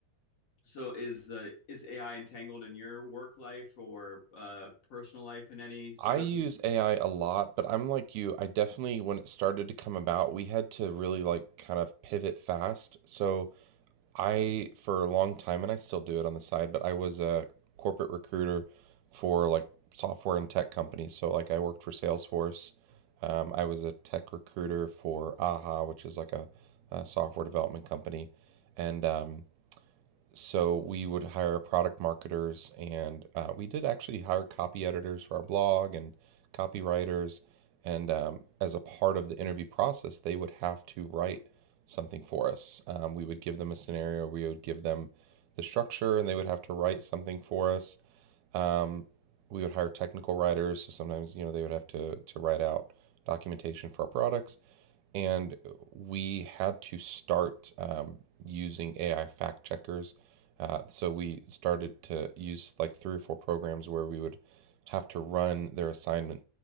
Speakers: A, on the left (about 50°); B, on the right (about 80°).
A: So is uh, is AI entangled in your work life or uh, personal life in any sort
B: I use
A: of?
B: AI a lot, but I'm like you. I definitely, when it started to come about, we had to really like kind of pivot fast. So I, for a long time, and I still do it on the side, but I was a corporate recruiter for like software and tech companies. So like I worked for Salesforce. Um, I was a tech recruiter for AHA, which is like a, a software development company, and um, so we would hire product marketers, and uh, we did actually hire copy editors for our blog and copywriters. And um, as a part of the interview process, they would have to write something for us. Um, we would give them a scenario, we would give them the structure, and they would have to write something for us. Um, we would hire technical writers, so sometimes you know they would have to to write out documentation for our products and we had to start um, using AI fact checkers. Uh, so we started to use like three or four programs where we would have to run their assignment